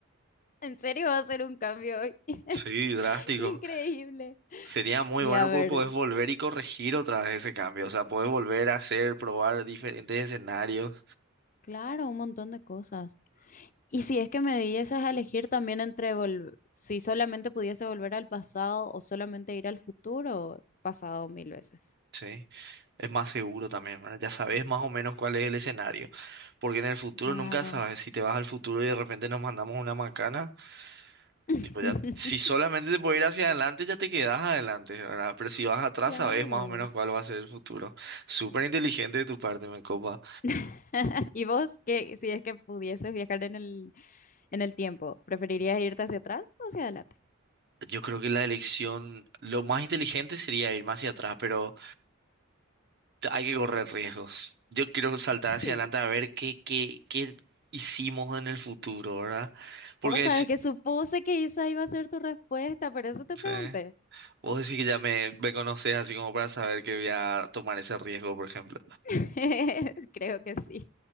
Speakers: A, on the left; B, on the right.
A: En serio va a ser un cambio hoy. <laughs>
B: Sí, drástico.
A: Increíble.
B: Sería muy
A: Y
B: bueno
A: a ver,
B: porque podés volver y corregir otra vez ese cambio. O sea, podés volver a hacer, probar diferentes escenarios.
A: claro, un montón de cosas. Y si es que me dieses a elegir también entre vol- si solamente pudiese volver al pasado o solamente ir al futuro, pasado mil veces.
B: Sí. Es más seguro también, ¿verdad? Ya sabes más o menos cuál es el escenario. Porque en el futuro
A: Claro.
B: nunca sabes. Si te vas al futuro y de repente nos mandamos una macana,
A: <laughs>
B: tipo ya, si solamente te puedes ir hacia adelante, ya te quedas adelante, ¿verdad? Pero si vas atrás,
A: Claro.
B: sabes más o menos cuál va a ser el futuro. Súper inteligente de tu parte, me copa.
A: <laughs> ¿Y vos qué, si es que pudieses viajar en el, en el tiempo, preferirías irte hacia atrás o hacia adelante?
B: Yo creo que la elección, lo más inteligente sería ir más hacia atrás, pero t- hay que correr riesgos. Yo quiero saltar
A: Sí.
B: hacia adelante a ver qué, qué, qué hicimos en el futuro, ¿verdad? Porque
A: Vos sabés
B: si-
A: que supuse que esa iba a ser tu respuesta, por eso te
B: sí.
A: pregunté.
B: Vos decís que ya me, me conocés así como para saber que voy a tomar ese riesgo, por ejemplo.
A: <laughs> Creo que sí.